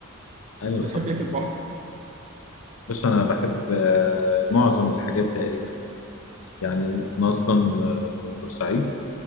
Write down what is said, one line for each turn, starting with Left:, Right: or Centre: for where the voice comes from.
Left: ايوه
Right: انت
Left: صح
Right: بتحب ايه في البحر
Left: بس انا بحب آه، معظم الحاجات تقريبا يعني انا اصلا آه، من بورسعيد